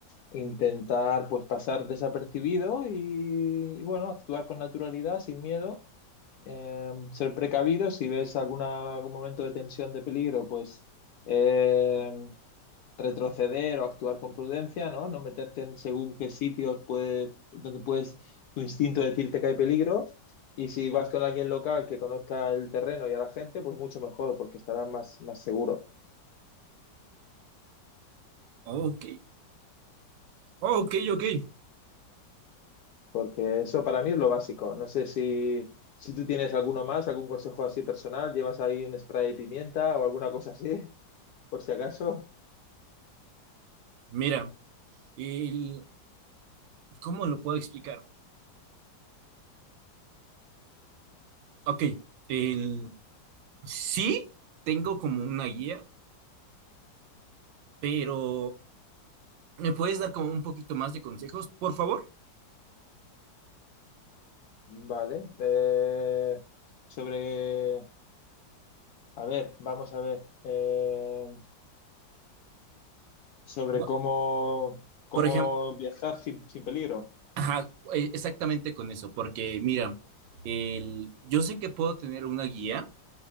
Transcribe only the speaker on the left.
Intentar pues pasar desapercibido y, y, bueno, actuar con naturalidad, sin miedo. eh, ser precavido, si ves alguna, algún momento de tensión, de peligro, pues... em, retroceder o actuar con prudencia, ¿no? No meterte en según qué sitios puede, donde puedes tu instinto decirte que hay peligro. Y si vas con alguien local que conozca el terreno y a la gente, pues mucho mejor, porque estarás más, más seguro.
Porque eso para mí es lo básico. No sé si, si tú tienes alguno más, algún consejo así personal, llevas ahí un spray de pimienta o alguna cosa así, <laughs> por si acaso.
Vale. Eh, sobre, a ver, vamos a ver. Eh, sobre
cómo, cómo
viajar sin, sin peligro.